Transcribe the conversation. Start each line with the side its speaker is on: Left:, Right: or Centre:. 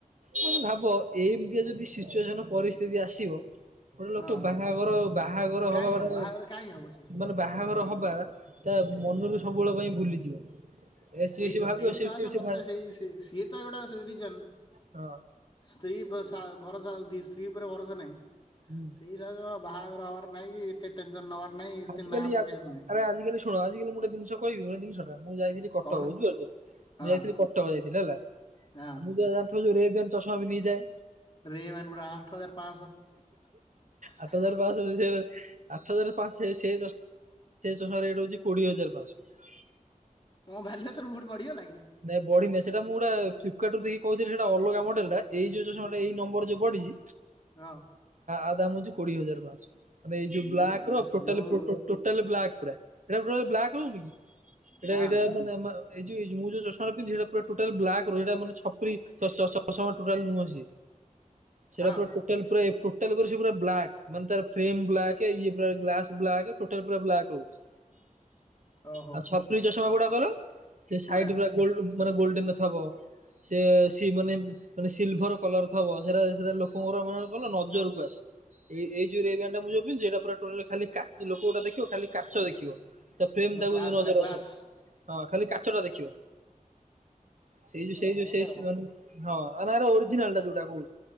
Right: ମାନେ ଭାବ ଏମିତିଆ ଯଦି ସିଚୁଏସନ ପରିସ୍ଥିତି ଯଦି ଆସିବ ଗୋଟେ ଲୋକ
Left: ହଁ
Right: ବାହାଘର ବାହାଘର
Left: କାଇଁ
Right: ହବ ମାନେ
Left: ବାହାଘର କାଇଁ ହବ ସିଏ।
Right: ମାନେ ବାହାଘର ହବ ତା ମନରୁ ସବୁବେଳ ପାଇଁ ଭୁଲିଯିବ। ଏ ସିଏ
Left: ସେଇ
Right: ସିଏ
Left: ତ
Right: ଭାବିବ
Left: ସେଇ
Right: ସିଏ
Left: ସକାଶେ
Right: ସିଏ ସିଏ
Left: ମତେ ସେଇ ସିଏ ତ ଗୋଟା ରିଜନ
Right: ହଁ
Left: ସ୍ତ୍ରୀ ଭରସା ସ୍ତ୍ରୀ ଉପରେ ଭରସା ନାହିଁ।
Right: ହୁଁ।
Left: ସେଇ ହିସାବରେ ବାହାଘର ହବାର ନାହିଁ କି ଏତେ ଟେନସନ ନବାର ନାଇଁ ଏତେ
Right: ଆଜିକାଲି
Left: ନା ପକେଇବାର
Right: ଆରେ
Left: ନାହିଁ
Right: ଆଜିକାଲି ଶୁଣ ଆଜିକାଲି ମୁଁ ଗୋଟେ ଜିନିଷ ବଢିଆ ଜିନିଷ ଟା ମୁଁ ଯାଇଥିଲି କଟକ
Left: କହୁନ।
Right: ବୁଝିପାରୁଛ ମୁଁ
Left: ହଁ
Right: ଯାଇଥିଲି କଟକ ଯାଇଥିଲି ହେଲା।
Left: ହଁ
Right: ମୁଁ ଯାହା ଜାଣିଥିବୁ ରେବ୍ୟାନ୍ ଚଷମା ପିନ୍ଧିକି ଯାଏ।
Left: ରେବ୍ୟାନ୍ ଗୁଡା ଆଠ ହଜାର ପାଞ୍ଚଶହ।
Right: ଆଠ ହଜାର ପାଂଶ ସେ ଆଠ ହଜାର ପାଞ୍ଚସହ ସେ ସମୟର ରେଟ ହଉଛି କୋଡିଏ ହଜାର ପାଞ୍ଚସହ।
Left: ମୋ ଭାଲୁଆସନ ପୁଣି ବଢିଗଲା କି?
Right: ନାଇଁ ବଢିନି ସେଟା ମୁଁ ଫ୍ଲିପ କାର୍ଡ ରୁ ଦେଖିକି କହୁଥିଲି ସେଇଟା ଅଲଗା ମଡେଲ ଟା ଏଇ ଯୋଉ ଜିନଷ ଯୋଉ ଏଇ ନମ୍ବର ଯୋଉ ପଢିଛି
Left: ହଁ
Right: ଆ ଦାମ ହୋଉଛି କୋଡିଏ ହଜାର ପାସହ ମାନେ ଏଇ ଯୋଉ
Left: ଇଏ
Right: ବ୍ଲାକ
Left: ଭାଇରେ
Right: ର
Left: ସୁଲୁ
Right: ଟୋଟାଲୀ
Left: ବାବୁ
Right: ବ୍ଲାକ ପୁରା ବ୍ଲାକ ହଉନି କି ସେଇଟା
Left: ହଁ
Right: ଏଇଟା ମାନେ ଏଇ ମୁଁ ଯୋଉ ତୁ ଯୋଉ ଚଷମା ତା ପିନ୍ଧିନୁ ସେଇଟା ପୁରା ଟୋଟାଲି ବ୍ଲାକ ରୁ ମାନେ ସେଇଡା ଛପରି ଚଷମା ନୁହଁ ସେ। ସେଇଟା
Left: ହଁ
Right: ପୁରା ଟୋଟାଲୀ ଟୋଟାଲୀ ପା ପୁରା ବ୍ଲାକ୍ ମାନେ ଫ୍ରେମ ବ୍ଲାକ ଇଏ ଗ୍ଲାସ ବ୍ଲାକ ଟୋଟାଲୀ ପୁରା ବ୍ଲାକ ରହୁଛି।
Left: ଓହୋ
Right: ଆଉ ଛପ୍ରି ଚଷମା କୌଡା କହିଲୁ ସେ
Left: କୋଉଟା?
Right: ସାଇଡ ଗୁ୍ରା ଗ୍ଲୋଡେନ ଥିବ। ସେ ସି ମାନେ ମାନେ ସିଲଭର କଲର ଥବ ସେଟା ସେଟା ଲୋକମାଙ୍କର କଣ କହିଲ ନଜରକୁ ଆସେ। ଏଇ ଏଇ ଯୋଉ ରେବ୍ୟାନ୍ ଟା ମୁଁ ଯୋଉ ପିନ୍ଧୁଛି ଏଇଟା ପୁରା ଟୋଟାଲୀ ଖାଲି କାଚ ଲୋକ ଗୁଡା ଦେଖିବ ଖାଲି କାଚ ଦେଖିବ। ତା ଫ୍ରେମ
Left: ଓ
Right: ତାକୁ
Left: କ୍ଲାସ
Right: ନଜର
Left: ପୁରା କ୍ଲାସ
Right: ଆସିବ ହଁ ଖାଲି କାଚ ଟା ଦେଖିବ। ସେଇ
Left: ଓହୋ
Right: ଯୋଉ ସେଇ ଯୋଉ
Left: ଏମିତିଆ
Right: ସେଇାନେ
Left: କଥା
Right: ହଁ ଓରିଜିନାଲ ଟା ଯୋଉଟା କହୁ।